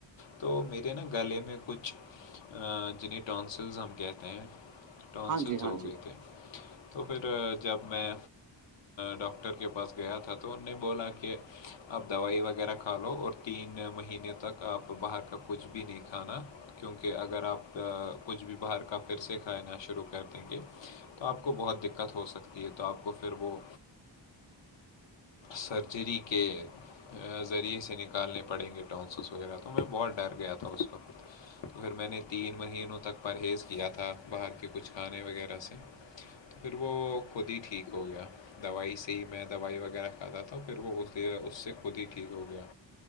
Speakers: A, on the left; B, on the right.
A: تو میرے نا گلے میں کچھ جنہیں ٹونسلز ہم کہتے ہیں ؤنسلس
B: ہاں جی ہاں
A: ہو
B: جی
A: گئے تھے تو پھر جب میں ڈاکٹر کے پاس گیا تھا تو ان نے بولا کہ آپ دوائی وغیرہ کھا لو اور تین مہینے تک آپ باہر کا کچھ بھی نہیں کھانا کیونکہ اگر آپ کچھ بھی باہر کا پھر سے کھانا شروع کر دیں گے تو آپ کو بہت دقت ہو سکتی ہے تو آپ کو پھر وہ سرجری کے ذریعے سے نکالنے پڑیں گے ٹونسس وغیرہ تو میں بہت ڈر گیا تھا اس کو تو پھر میں نے تین مہینوں تک پرہیز کیا تھا باہر کے کچھ کھانے وغیرہ سے پھر وہ خود ہی ٹھیک ہو گیا دوائی سے ہی میں دوائی وغیرہ کھاتا تھا پھر وہ اس سے خود ہی ٹھیک ہو گیا